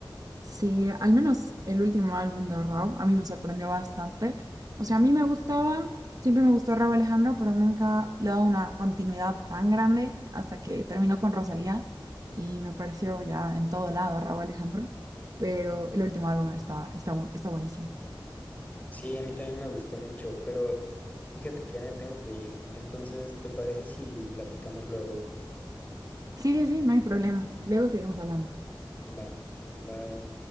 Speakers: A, on the right (about 45°); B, on the left (about 20°).
A: Sí, al menos el último álbum de Rauw a mí me sorprendió bastante. O sea, a mí me gustaba, siempre me gustó Rauw Alejandro, pero nunca le he dado una continuidad tan grande hasta que terminó con Rosalía y me pareció ya en todo lado Rauw Alejandro. Pero el último álbum está, está, bu- está buenísimo.
B: Sí, a mí también me gustó mucho, pero fíjate que ya me tengo que ir. Entonces, ¿te parece si platicamos luego?
A: Sí, sí, sí, no hay problema. Luego seguimos hablando.
B: Va, va,